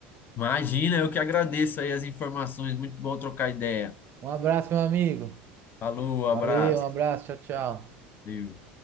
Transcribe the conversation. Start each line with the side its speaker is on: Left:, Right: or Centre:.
Left: Imagina, eu que agradeço aí as informações. Muito bom trocar ideia.
Right: Um abraço, meu amigo.
Left: Falou,
Right: Valeu,
Left: abraço.
Right: um abraço, tchau, tchau.
Left: Valeu.